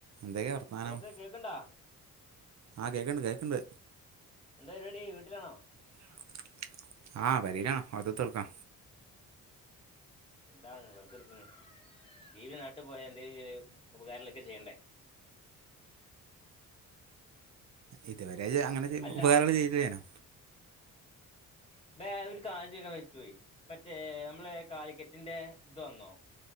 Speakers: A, on the right (about 55°); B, on the left (about 15°).
A: എന്തൊക്കെയാ വർത്തമാനം
B: ബോസേ കേക്കണ്ടാ
A: ആഹ് കേക്കണ്ട് കേക്കണ്ട്
B: എന്താ പരിപാടി വീട്ടിലാണോ
A: വീട്ട്ലാണോ? ആഹാ പെരിലാണ് വെർതെ കുത്തർക്കാ
B: എന്താ വെറുതിരിക്കുന്നു ബീവി നാട്ടിൽ പോയ എന്തതി ഉപകാരങ്ങളൊക്കെ ചെയ്യണ്ടേ
A: ഇതുവരെ അങ്ങനെ
B: അല്ല
A: ഉപകാരങ്ങൾ ചെയ്ത്ല്ലേനോ
B: <unintelligible> ഒരു കാര്യം ചോയ്ക്കാൻ വിട്ട് പോയി മറ്റേ ഞ്ഞമ്മളെ കാലിക്കറ്റിന്റെ ഇത് വന്നോ?